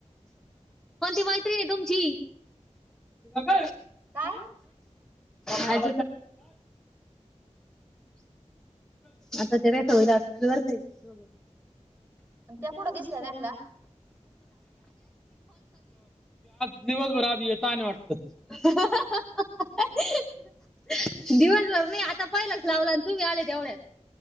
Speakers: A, in the centre; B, on the right.
A: कोणती मैत्री ये तुमची बग
B: काय
A: आज आता तेव आठवीला असल्या बर का दोघ
B: आणि त्या कुठं दिसल्याय त्यांना
A: दिवसभर आ येत आणि वाटत. <unintelligible> दिवसभर नाही आता पहिलाच लावला, आणि तुम्ही आले तेवढ्यात.